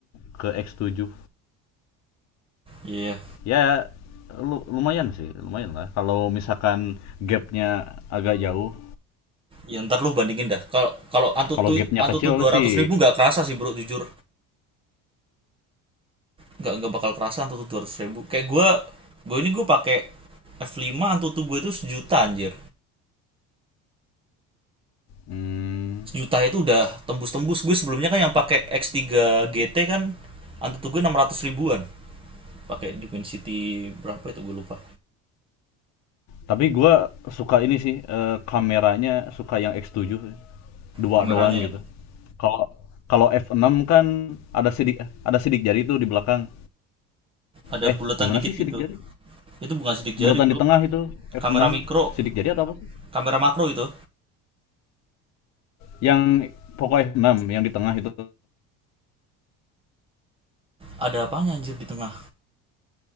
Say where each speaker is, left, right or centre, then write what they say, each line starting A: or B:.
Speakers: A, on the left; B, on the right.
A: ke X7.
B: Iya.
A: Ya lu, lumayan sih, lumayan lah. Kalau misalkan gapnya agak jauh,
B: Yeah. ya ntar lo bandingin dah kalau kalau antutu
A: kalau gapnya
B: antutu
A: kecil
B: 200
A: sih
B: ribu nggak kerasa sih bro jujur nggak nggak bakal kerasa antutu 200 ribu kayak gue gue ini gue pakai F5 antutu gue itu sejuta anjir
A: hmm,
B: sejuta itu udah tembus-tembus gue sebelumnya kan yang
A: ta-
B: pakai X3 GT kan antutu tuh gue 600 ribuan pakai Dimensity berapa itu gue lupa
A: Tapi gue suka ini sih, eee, kameranya suka yang X7 dua
B: kameranya
A: 2 doang gitu.
B: ya
A: Kalau kalau F6 kan ada sidik ada sidik jari itu di belakang.
B: ada
A: Eh,
B: buletan
A: gimana
B: dikit
A: sih sidik
B: gitu
A: jari?
B: itu bukan sidik jari
A: Bulatan
B: bro
A: di tengah itu, F6.
B: kamera mikro
A: Sidik jari atau apa sih?
B: kamera makro itu
A: Yang Poco F6 yang di tengah itu.
B: ada apanya anjir di tengah